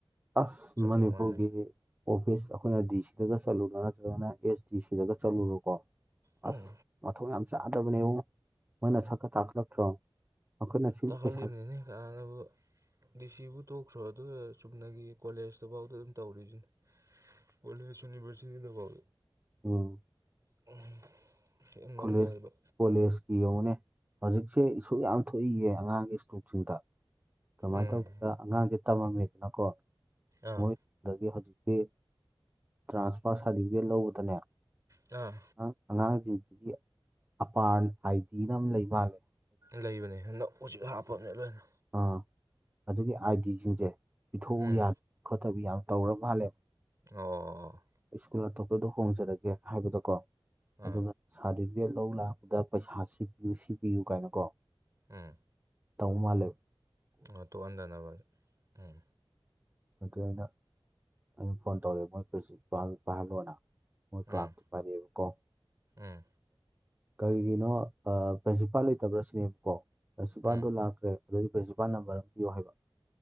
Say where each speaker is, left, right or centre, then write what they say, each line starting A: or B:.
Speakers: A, on the right (about 20°); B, on the right (about 35°).
A: ꯑꯁ
B: ꯆꯞ
A: ꯃꯅꯤꯄꯨꯔꯒꯤ
B: ꯍꯦꯛ ꯃꯥꯟꯅꯩ
A: ꯑꯣꯐꯤꯁ ꯑꯩꯈꯣꯏꯅ ꯗꯤ ꯁꯤꯗꯒ ꯆꯠꯂꯨꯨꯔ ꯅꯠꯇ꯭ꯔꯒꯅ ꯑꯦꯁ ꯗꯤ ꯁꯤꯗꯒ ꯆꯠꯂꯨꯔꯀꯣ
B: ꯎꯝ
A: ꯑꯁ ꯃꯊꯣꯡ ꯌꯥꯝ ꯆꯥꯗꯕꯅꯦꯕ ꯃꯣꯏꯅ ꯁꯛꯀ ꯇꯥꯛꯈꯠꯂꯛꯇ꯭ꯔꯣ ꯑꯩꯈꯣꯏꯅ ꯁꯤ
B: ꯇꯍꯂꯤꯃꯤꯅꯦ
A: ꯄꯩꯁꯥ
B: ꯀꯅꯥꯅꯕꯨ ꯗꯤꯁꯤꯕꯨ ꯇꯣꯛꯈ꯭ꯔꯣ ꯑꯗꯨꯒ ꯆꯨꯝꯅꯒꯤ ꯀꯣꯂꯦꯖꯇꯐꯥꯎꯗ ꯑꯗꯨꯝ ꯇꯧꯔꯤꯁꯤꯅꯦ ꯀꯣꯂ‌ꯦꯖꯁꯨꯅꯤ ꯃꯁꯤꯗꯩꯗꯀ‌ꯣ
A: ꯑ‌ꯣ
B: <unintelligible> ꯍꯦꯟꯃꯜꯂꯦꯕ
A: ꯀꯣꯂꯦꯁ ꯀꯣꯂꯦꯁ ꯌꯦꯡꯧꯅꯦ ꯍꯧꯖꯤꯛꯁꯦ ꯏꯁꯨ ꯌꯥꯝ ꯊꯣꯛꯏꯌꯦ ꯑꯉꯥꯡꯒꯤ ꯏꯁꯇꯣꯛꯁꯤꯡꯗ ꯀꯃꯥꯏꯅ
B: ꯎꯝ
A: ꯇꯧ ꯑꯉꯥꯡꯁ ꯇꯝꯃꯝꯃꯤꯗꯅꯀꯣ
B: ꯑꯥ
A: ꯃꯣꯏ ꯑꯗꯒꯤ ꯍꯧꯖꯤꯛꯇꯤ ꯇ꯭ꯔꯥꯟꯁꯐꯥꯔ ꯁꯥꯔꯗꯤꯕꯤꯒꯦꯠ ꯂꯧꯕꯗꯅꯦ
B: ꯑꯥ
A: ꯑ ꯑꯉꯥꯡꯖꯤꯡꯁꯤꯒꯤ ꯑꯄꯔ ꯑꯥꯏꯗꯤꯅ ꯑꯃ ꯂꯩꯃꯜꯂꯦ
B: ꯂꯩꯕꯅꯦ ꯅ ꯑꯣꯖꯤꯛ ꯍꯥꯞꯄꯕꯅꯦ ꯂꯣꯏꯅ
A: ꯑꯥ ꯑꯗꯨꯒꯤ ꯑꯥꯏꯗꯤꯖꯤꯡꯖꯦ ꯄꯤꯊꯣꯛꯎ
B: ꯎꯝ
A: ꯌꯥ ꯈꯣꯠꯇꯕꯤ ꯌꯥꯝ ꯇꯧꯔ ꯃꯥꯜꯂꯦ
B: ꯑꯣ
A: ꯁ꯭ꯀꯨꯜ ꯑꯇꯣꯞꯄꯗ ꯍꯣꯡꯖꯔꯒꯦ ꯍꯥꯏꯕꯗꯀꯣ
B: ꯑꯥ
A: ꯑꯗꯨꯒ ꯁꯥꯔꯗꯤꯕꯤꯒꯦꯠ ꯂꯧ ꯂꯥꯛꯄꯗ ꯄꯩꯁꯥ ꯁꯤ ꯄꯤꯌꯨ ꯁꯤꯄꯤꯌꯨ ꯀꯥꯏꯅꯀꯣ
B: ꯎꯝ
A: ꯇꯧ ꯃꯥꯜꯂꯦ
B: ꯑꯣ ꯇꯣꯛꯍꯟꯗꯅꯕ ꯎꯝ
A: ꯑꯗꯨ ꯑꯩꯅ ꯑꯗꯨ ꯐꯣꯟ ꯇꯧꯔꯦ ꯃꯣꯏ ꯄ꯭ꯔꯤꯟꯁꯤꯄꯥꯜ ꯄꯥꯏꯍꯜꯂꯣꯅ ꯃꯣꯏ ꯀ꯭ꯂꯥꯛꯇꯤ
B: ꯎꯝ
A: ꯄꯥꯏꯔꯛꯑꯦꯕꯀꯣ
B: ꯎꯝ
A: ꯀꯔꯤꯒꯤꯅꯣ ꯑꯥ ꯄ꯭ꯔꯤꯟꯁꯤꯄꯥꯜ ꯂꯩꯇꯕ꯭ꯔꯥ ꯁꯤꯅꯦꯕꯀꯣ ꯄ꯭ꯔꯤꯟꯁꯤꯄꯥꯜꯗꯣ
B: ꯎꯝ
A: ꯂꯥꯛꯈ꯭ꯔꯦ ꯑꯗꯨꯗꯤ ꯄ꯭ꯔꯤꯟꯁꯤꯄꯥꯜ ꯅꯝꯕꯔ ꯑꯃ ꯄꯤꯌꯣ ꯍꯥꯏꯕ